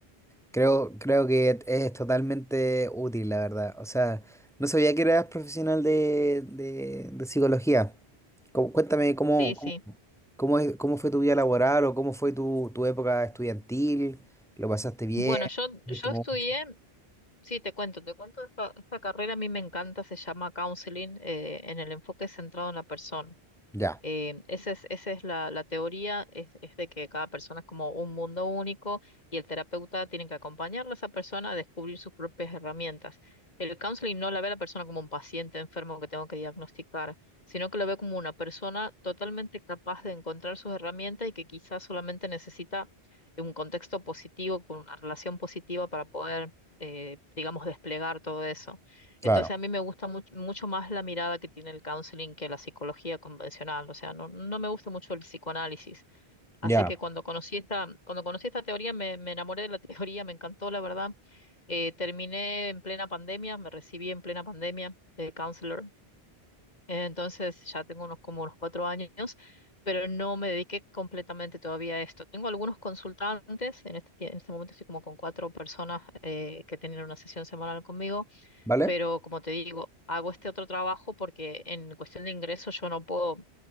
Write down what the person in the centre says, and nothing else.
Creo, creo que es totalmente útil, la verdad. O sea, no sabía que eras profesional de, de- de psicología. Cómo- cuéntame cómo,
cómo,
cómo es- cómo fue tu vida laboral o cómo fue tu, tu época estudiantil. ¿Lo pasaste bien?
¿Viste
mucho?
Ya,
claro,
ya.
¿Vale?